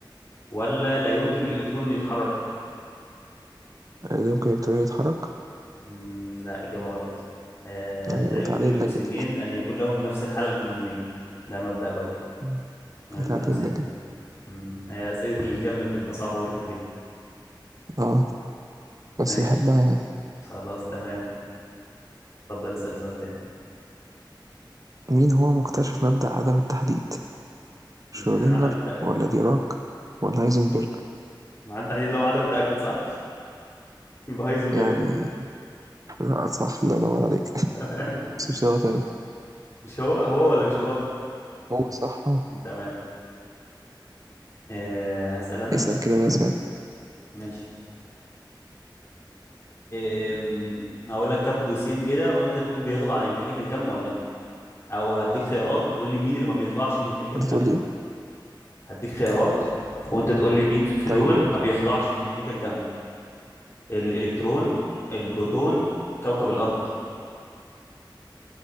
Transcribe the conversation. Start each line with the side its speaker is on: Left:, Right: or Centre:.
Left: ولا لا يمكن للإلكترون أن يتحرك
Right: ده ممكن الكترون يتحرك
Left: مم، لا إجابة غلط آه،
Right: ايوه
Left: لا يمكن
Right: اتعادلنا
Left: لجسيمين
Right: كده
Left: أن يكون لهم نفس الحالة الكمومية ده مبدأ بولي
Right: مم.
Left: إنهم
Right: اتعادلنا
Left: يبقوا نفس ال
Right: كده
Left: مم، هي أسئلة الكم بتبقى صعبة ورخمة كده
Right: اه بس
Left: ماشي
Right: بحبها يعني
Left: خلاص تمام اتفضل اسأل سؤال تاني
Right: مين هو مكتشف مبدأ عدم التحديد
Left: ده
Right: شرودنجر
Left: كده عدم التأكد
Right: ولا ديراك ولا هايزنبرج
Left: مع التحديد لو عدم التأكد صح؟ <laughs> يبقى هايزنبرج
Right: يعني لا صح الله ينور عليك <laughs>
Left: <laughs>
Right: بس بصيغة تانية
Left: مش هو هو ولا مش هو؟
Right: هو صح اهو
Left: تمام أه هسأل أنا
Right: اسأل كده بقى سؤال
Left: ماشي أم، هقول لك كام جسيم كده وانت تقول بيخضع لميكانيكا كم ولا لا او هديك خيارات وتقول لي مين اللي ما بيخضعش لميكانيكا
Right: انت
Left: كم
Right: تقول لي ايه
Left: هديك خيارات وانت تقول لي مين في
Right: طيب
Left: دول
Right: قول
Left: ما
Right: لي.
Left: بيخضعش لميكانيكا كم الالكترون البروتون كوكب الارض